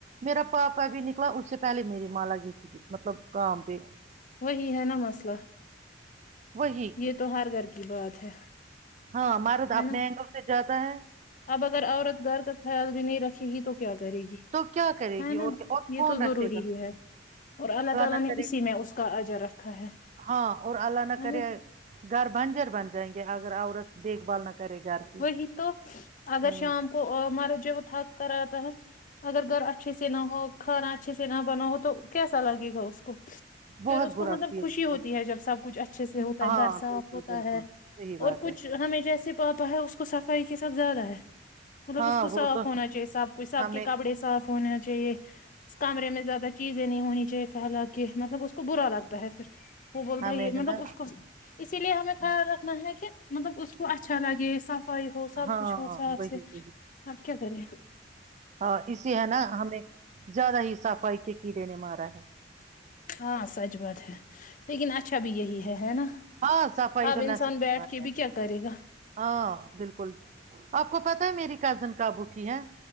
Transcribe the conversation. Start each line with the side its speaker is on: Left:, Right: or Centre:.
Right: میرا پاپ ابھی نکلا اس سے پہلے میری ماگی مطلب <unintelligible> کام پہ
Left: وہی ہے نا مسئلہ
Right: وہی
Left: یہ تو ہر گھر کی بات ہے
Right: ہاں ہمارے
Left: ہے
Right: اپنے
Left: نا
Right: اینگل سے ج <unintelligible> <unintelligible>
Left: اب اگر عورت گار کا خیال بھی نہیں رکھے گی تو کیا کرے گی
Right: تو کیا کرے
Left: ہے
Right: گی
Left: نا
Right: اور کیا؟ اور
Left: یہ
Right: کون
Left: تو
Right: رکھے
Left: ضروری
Right: گا
Left: ہی ہے اور اللہ تعالی
Right: نہ
Left: نے
Right: کرے
Left: اسی میں اس کا عجر رکھا ہے ہے
Right: ہاں اور اللہ نہ کرے
Left: نا
Right: گھر بنجر بن جائیں گے <unintelligible> اگر عورت دیکھ بھ نہ کرے گھر کی
Left: وہی تو اگر
Right: ہوں
Left: شام کو مارا ج وہ تھک کر آتا ہے اگر گھر اچھے سے نہ ہو کھانا اچھے سے نہ بنا ہو تو کیسا لگے گا اس کو پھر
Right: بہت
Left: اس کو
Right: برا
Left: مطلب
Right: فیل
Left: خوشی
Right: ہوگا
Left: ہوتی ہے جب سب کچھ اچھے سے ہوتا
Right: ہاں
Left: ہے در صاف
Right: بالکل
Left: ہوتا
Right: بالکل
Left: ہے
Right: صحیح بات
Left: اور کچھ
Right: ہے
Left: ہمیں جیسے پاپا تو ہے اس کو صفائی کے ساتھ زیادہ ہے مطلب
Right: ہاں
Left: اس کو صاف
Right: وہ تو
Left: ہونا چاہیے سب کو سب
Right: ہمیں
Left: کے کپڑے صاف ہونا چاہیے کمرے میں زیادہ چیزیں نہیں ہونی چاہیے پھیلا کے مطلب اس کو برا لگتا ہے پھر وہ بولتا
Right: ہمیں
Left: ہے ہی مطلب
Right: نا
Left: اس کو اسی لیے ہمیں تھا تنا ہے کہ مطلب اس کو اچھا لگے یہ سب فائی ہو سب
Right: ہاں
Left: کچھ ہو ساخ
Right: وہی
Left: سے
Right: وہی
Left: کیا کرے
Right: ہاں اسے ہے نا ہمیں زیادہ ہی صفائی کے کیڑے نے مارا ہے
Left: ہاں سچ بات ہے لیکن اچھا بھی یہی ہے ہے نا
Right: ہاں صفائی
Left: اب
Right: کرنام
Left: انسان بیٹھ کے
Right: ہے
Left: بھی کیا کرے گا
Right: ہاں بالکل آپ کو پتا ہے میری کزن کااب اٹھی ہے